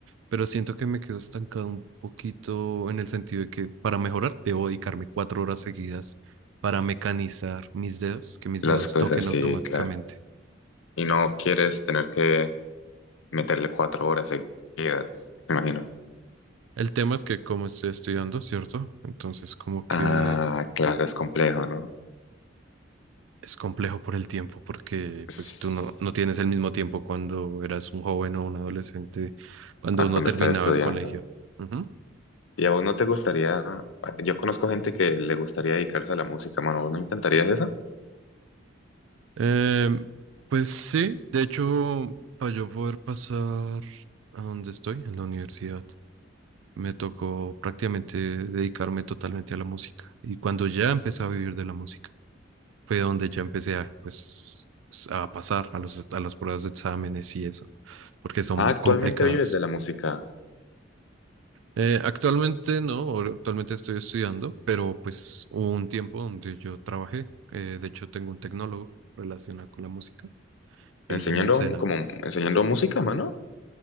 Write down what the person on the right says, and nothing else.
pero siento que me quedo estancado un poquito en el sentido de que para mejorar debo dedicarme cuatro horas seguidas para mecanizar mis dedos, que mis
dedos
toquen
automáticamente.
El tema es que como estoy estudiando, ¿cierto? Entonces como que
Es complejo por el tiempo, porque
pues tú no, no tienes el mismo tiempo cuando eras un joven o un adolescente, cuando
uno
terminaba
el colegio. Ujú.
Em, pues sí, de hecho, para yo poder pasar a donde estoy, en la universidad, me tocó prácticamente dedicarme totalmente a la música. Y cuando ya empecé a vivir de la música, fue donde ya empecé a, pues, s- a pasar a los, a las pruebas de exámenes y eso, porque son
complicadas.
Eh, actualmente no, ahora- actualmente estoy estudiando, pero pues hubo un tiempo donde yo trabajé. eh, de hecho, tengo un tecnólogo relacionado con la música que
hice en el SENA.